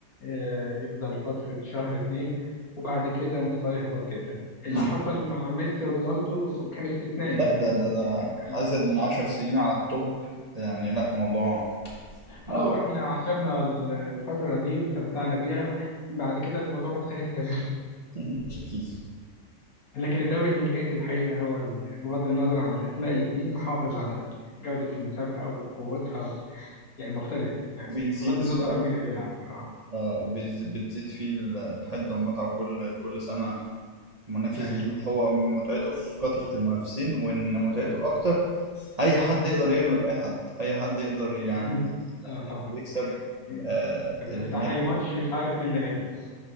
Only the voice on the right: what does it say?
مم.
لا
ده
ده ده
أزيد من عشر سنين على التوب يعني لا موضوع موضوع
أكيد
وبيزيد
الصراحة
آه وبتزيد فيه ال- الحدة والمتعة وكل كل سنة منافس
جديد هو متعته في كثرة المنافسين وإن متعته أكتر أي حد يقدر يغلب أي حد أي حد يقدر يعني
يعني
يكسب
آه
اللي هناك